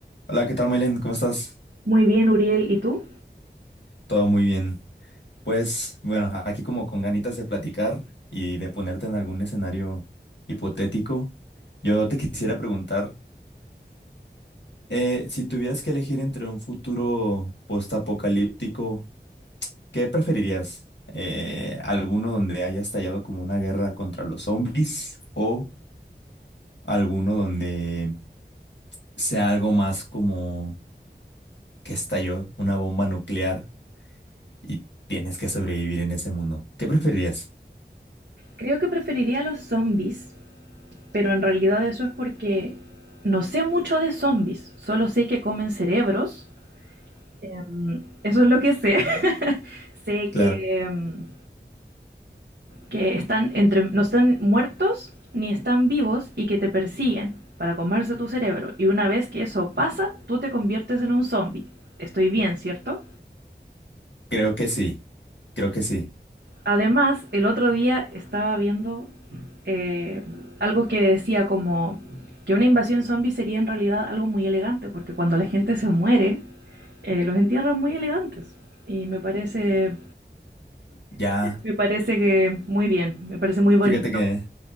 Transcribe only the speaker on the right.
Muy bien, Uriel, ¿y tú?
Creo que preferiría los zombies, pero en realidad eso es porque no sé mucho de zombies, solo sé que comen cerebros. Mm, Eso es lo que sé. <laughs> Sé
que, mm, que están entre, no están muertos ni están vivos y que te persiguen para comerse tu cerebro. Y una vez que eso pasa, tú te conviertes en un zombie. Estoy bien, ¿cierto?
Además, el otro día estaba viendo eh, algo que decía como que una invasión zombie sería en realidad algo muy elegante, porque cuando la gente se muere, eh, los entierran muy elegantes. Y me parece,
me parece que muy bien, me parece muy bonito.